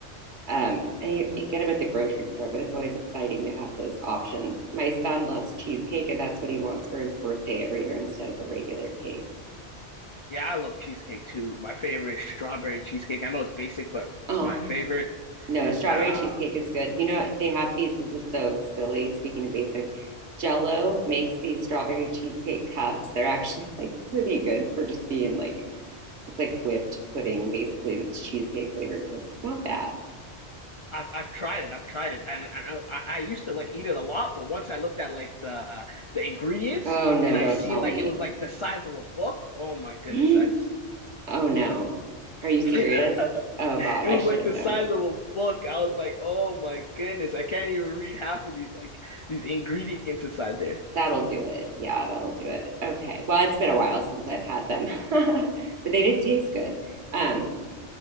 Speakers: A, on the right; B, on the left.
A: um, and you, you get them at the grocery store, but it's always exciting to have those options. My son loves cheesecake, and that's what he wants for his birthday every year instead of a regular cake.
B: yeah. I love cheesecake too. My favorite is strawberry cheesecake. I know it's basic, but
A: Oh,
B: it's my favorite.
A: no, a strawberry
B: Uh,
A: cheesecake is good. You know what? They have these. This is so silly. Speaking of basic, Jello makes these strawberry cheesecake cups. They're actually <laughs> like pretty good for just being like it's like whipped pudding basically that's cheesecake flavored, but it's not bad.
B: I've, I've tried it. I've tried it, and I, I I used to like eat it a lot. But once I looked at like the the ingredients,
A: Oh no,
B: and I
A: don't
B: seen
A: tell
B: like
A: me.
B: it was like the size of a book. Oh my goodness!
A: <gasps>
B: I just-
A: oh no. Are you
B: <laughs>
A: serious?
B: it
A: Oh god, I
B: was
A: should
B: like
A: have
B: the
A: known.
B: size of a book. I was like, oh my goodness! I can't even read half of these like these ingredients inside there.
A: That'll do it. Yeah, that'll do it. Okay. Well, it's been a while since I've had them. <laughs> but they did taste good. Um